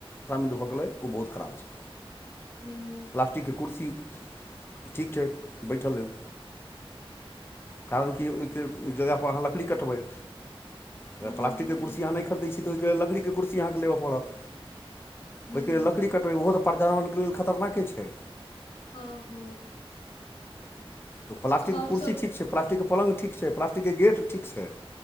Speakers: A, on the left; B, on the left.
A: शामिल भऽ गेलै ओ बहुत खराब छै
B: हूँ
A: प्लास्टिक के कुर्सी ठीक छै बैठ लेल कारण कि ओइके जगह पर अहाँ लकड़ी कटबै अगर
B: हूं
A: प्लास्टिकके
B: हूं
A: कुरसी अहाँ नहि खरीदै छी तऽ ओहिके लेलकड़ीके कुरसी अहाँके लेब पड़त।
B: हूं
A: ओहिके लेल लकड़ी कटबै ओहो तऽ पर्यावरणके लेल खतरनाके छै।
B: हँ हँ।
A: त प्ल्टके
B: हमसब
A: कुरसी ठीक छै प्लास्टिकके पलङ् ठीक छै प्लास्टिकके गेट ठीक छै